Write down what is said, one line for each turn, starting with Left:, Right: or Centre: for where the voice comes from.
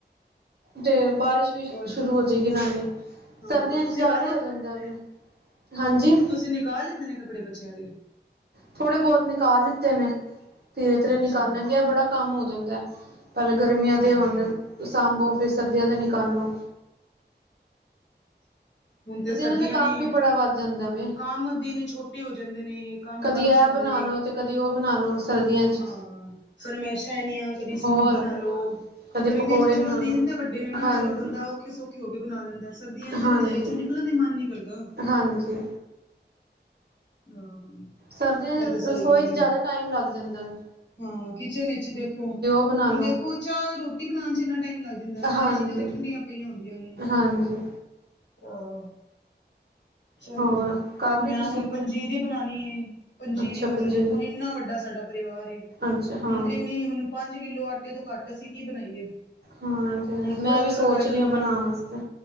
Right: ਤੇ ਬਾਰਿਸ਼।
Left: ਹੋਰ
Right: ਸ਼ੁਰੂ ਹੋ ਜਾਏਗੀ ਨਾਲੇ
Left: ਹਾਂ
Right: ਸਰਦੀਆਂ
Left: ਤੁਸੀਂ
Right: ਚ ਜ਼ਿਆਦਾ
Left: ਕਰ
Right: ਹੋ ਜਾਂਦਾ ਵੀ ਹਾਂਜੀ।
Left: ਤੁਸੀ ਨਿਕਕਾਲਤਾ। <unintelligible> ਕਿੰਨੇ ਕੱਪੜੇ ਬੱਚਿਆਂ ਦੇ।
Right: ਥੋੜੇ ਬਹੁਤ ਨਿਕਾਲ ਲਿੱਤੇ ਨੇ ਤੇਰੇ ਤੇਰੇ
Left: ਅੱਛਾ
Right: ਨਿਕਾਲਾਂ ਗਿਆ ਬੜਾ ਕੰਮ ਹੋ ਜਾਂਦਾ ਹੈ। ਪਹਿਲਾਂ ਗਰਮੀਆਂ
Left: ਹਾਂ,
Right: ਦੇ ਹੋਣ ਸਾਂਭੋ ਫਿਰ ਸਰਦੀਆਂ ਦਾ ਨਿਕਾਲੋ।
Left: ਹੁਣ ਤੇ ਸਰਦੀਆਂ
Right: ਦਾ ਤਾਂ ਕੰਮ
Left: ਨੇ
Right: ਹੀ ਬੜਾ ਵੱਧ ਜਾਂਦਾ ਵੇ
Left: ਕੰਮ ਦਿਨ ਛੋਟੇ ਹੋ ਜਾਂਦੇ ਨੇ। ਕੰਮ
Right: ਕਦੀ
Left: ਵੱਧ
Right: ਇਹ
Left: ਜਾਂਦਾ,
Right: ਬਣਾ ਲੋ ਤੇ ਕਦੀ ਉਹ ਬਣਾ ਲੋ ਸਰਦੀਆਂ ਚ
Left: ਹਾਂ ਸਰਰਮੈਸ਼ਾ ਇਨੀਆਂ ਕਦੇ ਸੂਪ
Right: ਹੋਰ
Left: ਬਣਾ ਲੋ।
Right: ਕਦੇ
Left: ਗਰਮੀਆਂ
Right: ਪਕੌੜੇ
Left: ਚ ਚਲੋ
Right: ਬਣਾ
Left: ਦਿਨ
Right: ਲੋ
Left: ਤੇ ਵੱਡੇ ਨੇ ਨਾ
Right: ਹਾਂਜੀ
Left: ਚਲੋ ਬੰਦਾ ਔਖੇ ਸੌਖੇ ਹੋ ਕੇ ਬਣਾ ਲੈਂਦਾ ਸਭ। ਸਰਦੀਆਂ ਚ
Right: ਹਾਂਜੀ
Left: ਰਜਾਈ ਚੋਂ ਨਿਕਲਣ ਦਾ ਮਨ ਨੀ ਕਰਦਾ।
Right: ਹਾਂਜੀ।
Left: ਹਾਂ।
Right: ਸਰਦੀਆਂ
Left: ਇਹ ਤੇ ਸਹੀ
Right: ਰਸੋਈ
Left: ਗੱਲ
Right: ਚ
Left: ਏ
Right: ਜ਼ਿਆਦਾ ਟਾਈਮ ਲੱਗ ਜਾਂਦਾ ਵ।
Left: ਹਾਂ ਕਿਚਨ ਵਿੱਚ ਦੇਖੋ
Right: ਬਣਾ
Left: ਹੁਣ
Right: ਲੋ
Left: ਦੇਖੋ ਚਾਹ ਰੋਟੀ ਬਣਾਉਣ ਚ ਇੰਨਾ ਟਾਈਮ ਲੱਗ ਜਾਂਦਾ ਸਾਰੀ
Right: ਹਾਂਜੀ
Left: ਚੀਜ਼ਾਂ ਤੇ ਠੰਡੀਆਂ ਪਈਆਂ ਹੁੰਦੀਆਂ ਨੇ।
Right: ਹਾਂਜੀ।
Left: ਆਹ। ਚਲੋ,
Right: ਹੋਰ ਕਰ ਲਈ
Left: ਮੈਂ
Right: ਤੁਸੀਂ
Left: ਹੁਣ ਪੰਜੀਰੀ ਬਣਾਉਣੀ ਏ ਪੰਜੀਰੀ
Right: ਅੱਛਾ
Left: ਵਾਸੇ
Right: ਪੰਜੀਰੀ
Left: ਦੇਖੋ ਇੰਨਾ ਵੱਡਾ ਸਾਡਾ ਪਰਿਵਾਰ ਏ,
Right: ਅੱਛਾ ਹਾਂ
Left: ਹੁਣ ਇੰਨੀ ਹੁਣ। ਪੰਜ ਕਿੱਲੋ ਆਟੇ ਤੋਂ ਕੱਟ ਅਸੀਂ ਕੀ ਬਣਾਈਏ।
Right: ਹਾਂ ਤੇ
Left: ਹੁਣ ਥੋੜਾ
Right: ਮੈਂ ਵੀ
Left: ਥੋੜਾ
Right: ਸੋਚ
Left: ਕਰਕੇ
Right: ਰਹੀ ਹਾਂ ਬਣਾਉਣ
Left: ਹੁਣ
Right: ਵਾਸਤੇ।